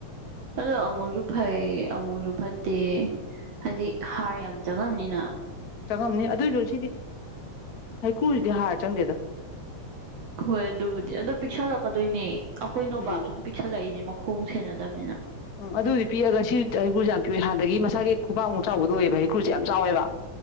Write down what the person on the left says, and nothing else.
ꯆꯪꯉꯝꯅꯤ ꯑꯗꯨꯏꯁꯨ ꯁꯤꯗꯤ ꯍꯩꯀ꯭ꯔꯨꯁꯤꯗꯤ ꯍꯥꯔ ꯆꯪꯒꯦꯗ
ꯎꯝ
ꯎꯝ ꯑꯗꯨꯗꯤ ꯄꯤꯛꯑꯒ ꯁꯤ ꯍꯩꯀ꯭ꯔꯜꯁꯨꯦ ꯌꯥꯝ ꯄꯤꯑꯦ ꯍꯥꯟꯅꯗꯒꯤ ꯃꯁꯥꯒꯤ ꯈꯨꯄꯥꯛꯥꯛꯃꯨꯛ ꯆꯥꯎꯕꯗ ꯑꯣꯏꯑꯦꯕ ꯍꯩꯀꯨꯜꯁꯦ ꯌꯥꯝ ꯆꯥꯎꯋꯦꯕ